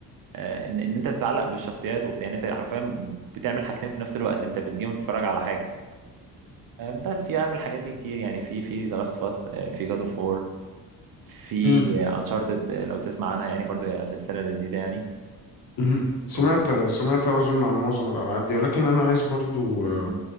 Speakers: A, on the right; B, on the left.
A: آه، ان ان انت بتتعلق بالشخصيات وبتاع يعني انت حرفيا بتعمل حاجتين في نفس الوقت انت بتجيم وتتفرج على حاجه آه، بس في اعمل الحاجات دي كتير يعني في في ذا لاست اوف اس في جاد اوف وور في
B: مهم.
A: انشارتد لو تسمع عنها يعني برضو هي سلسله لذيذه يعني
B: مهم. سمعت
A: و...
B: سمعت أظن عن معظم الألعاب دي ولكن أنا عايز برضو
A: مم.
B: آه،